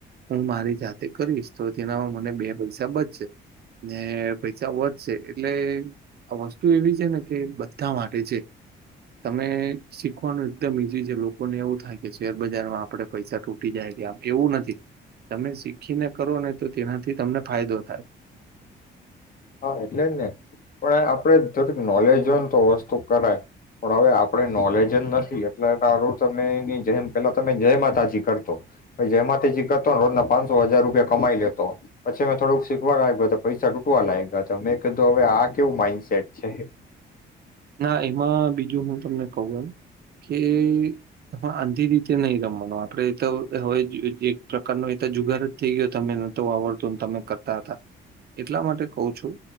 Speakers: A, on the right; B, on the left.
A: હું મારી જાતે કરીશ તો તેનામાં મને બે પૈસા બચશે ને પૈસા વધશે એટલે વસ્તુ એવી છે ને કે બધા માટે છે. તમે શીખવાનું ત્યાં બીજી જે લોકોને એવું થાય કે શેરબજારમાં આપણે પૈસા તૂટી જાય કે આમ એવું નથી. તમે શીખીને કરો ને તો તેનાથી તમને ફાયદો થાય.
B: હા એટલે જ ને, પણ આપડે થોડીક નોલેજ હોય ને તો વસ્તુ કરાએ. પણ આપડે નોલેજ જે નથી એટલે તારું તમે નહીં જેમ પેલા તમે જય માતાજી કરતો પછ જય માતાજી કરતો ને રોજના પાંચસો હજાર રૂપિયા કમાઈ લેતો પછી અમે થોડુંક શીખવા લાગ્યું તો પૈસા તૂટવા લાય આ તમે કીધું હવે આ કેવું માઈન્ડસેટ છે.
A: ના એમાં બી જો હું તમને કહું એમ કે એમાં આંધી રીતે નહીં રમવાનો આપડે તો હવે જે એક પ્રકારનો એ જુગાર જ થઈ ગયો તમે નતો આવડતો તમે કરતા હતા. એટલા માટે કહું છું